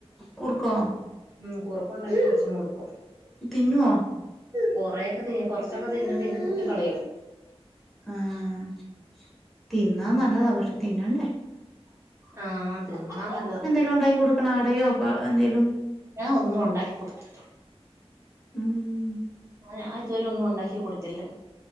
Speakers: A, in the centre; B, on the right (about 30°).
A: കുറുക്കോ
B: ഉം കുറക്കുണ്ടാക്കി കൊച്ചിന് കൊടുക്കും
A: തിന്നുവോ
B: കൊറെക്കെ തി കൊറച്ചൊക്കെ തിന്നും പിന്നെ തുപ്പി കളയും
A: ആഹ് തിന്നാൽ നല്ലതാ പക്ഷേ തിന്നണ്ടേ
B: ആഹ് തിന്നാ നല്ലതാ
A: വല്ലോം ഉണ്ടാക്കി കൊടുക്കണം അടയോ പ എന്തേലും
B: ഞാൻ ഒന്നും ഉണ്ടാക്കി കൊടുത്ത
A: ഉം
B: ഞാൻ ഇതുവരെയും ഒന്നും ഉണ്ടാക്കി കൊടുത്തില്ല